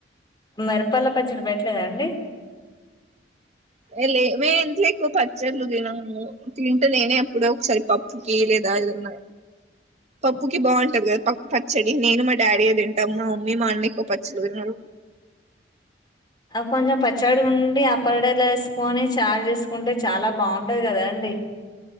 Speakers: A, on the left (about 20°); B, on the right (about 35°).
A: మిరపల్ల పచ్చడి పెట్టలేదా అండి
B: ఏ లే మేము ఇంట్లో ఎక్కువ పచ్చల్లు తినము తింటే నేనే ఎప్పుడో ఒకసారి పప్పుకి లేదా ఏదన్నా పప్పుకి బాగుంటది కదా పచ్చడి నేను మా డాడీ ఏం తింటాము మా మమ్మీ మా అన్న ఎక్కువ పచ్చళ్ళు తినరు
A: కొంచెం పచ్చడి ఉండి అప్పడాలు వేసుకొని చార్ చేసుకుంటే చాలా బాగుంటది కదా అండి